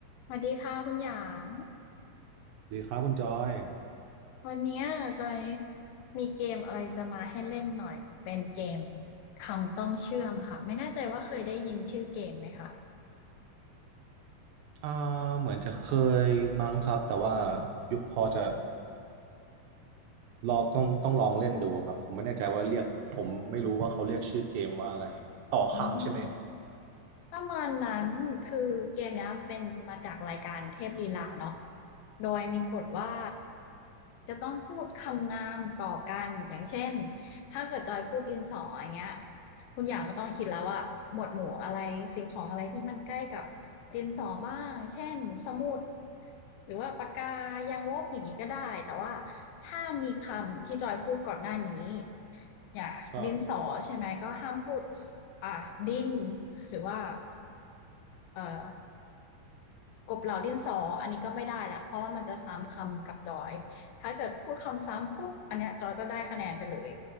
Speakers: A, on the left; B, on the right.
A: สวัสดีค่ะคุณหยาง
B: ดีครับคุณจอย
A: วันเนี้ยจอยมีเกมอะไรจะมาให้เล่นหน่อยเป็นเกมคำต้องเชื่อมค่ะไม่แน่ใจว่าเคยได้ยินชื่อเกมไหมคะ
B: อ่าเหมือนจะเคยมั้งครับแต่ว่ายุคพอจะลองต้องต้องลองเล่นดูครับผมไม่แน่ใจว่าเรียกผมไม่รู้ว่าเขาเรียกชื่อเกมว่าอะไรต่อคำใช่ไหม
A: อืม ประมาณนั้นคือเกมเนี้ยมันเป็นมาจากรายการเทพลีลาเนาะโดยมีกฎว่าจะต้องพูดคำนามต่อกันอย่างเช่นถ้าเกิดจอยพูดดินสออย่างเงี้ยคุณอยางก็ต้องคิดแล้วว่าหมวดหมู่อะไรสิ่งของอะไรที่มันใกล้กับดินสอบ้างเช่นสมุดหรือว่าปากกายางลบอย่างนี้ก็ได้แต่ว่าห้ามมีคำที่จอยพูดก่อนหน้านี้อย่างดินสอใช่ไหมก็ห้ามพูด
B: ครับ
A: อ่ะดิน หรือว่าเอ่อกบเหล่าดินสออันนี้ก็ไม่ได้ละเพราะว่ามันจะซ้ำคำกับจอยถ้าเกิดพูดคำซ้ำปุ๊บอันเนี้ยจอยก็ได้คะแนนไปเลย